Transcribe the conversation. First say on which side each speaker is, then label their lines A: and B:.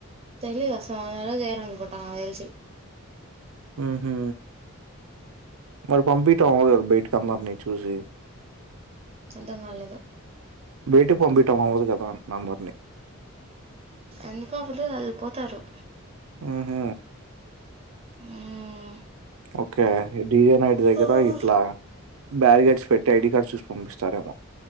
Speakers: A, on the right; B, on the right.
A: తెలీదు అసల్ అది <unintelligible> చేయరనుకుంటా నాకు తెల్సి
B: మ్ హు మరి పంపిటం అవధ్ కదా బైట్కంధర్ని చూసి
A: అర్థం కాలేదు
B: బేటకి పంపిటం అవ్వదు కదా అంటున్న అందరినీ
A: ఎందుకవ్వదు ఎళ్ళిపోతారు
B: మ్ హు
A: ఉమ్
B: ఓకే ఈ డిజే నాైట్ దగ్గర
A: ఉమ్
B: ఇట్లా బారిగేడ్స్ పెట్టి ఐడి కార్డ్ చూసి పంపిస్తారేమో